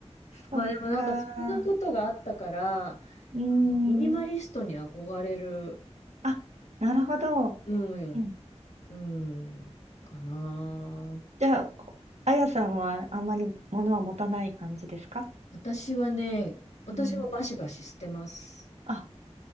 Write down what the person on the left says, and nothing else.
まあでもなんかそんなことがあったから、
あのミニマリストに憧れる、
うん、
うん、かな。
私はね、私もバシバシ捨てます。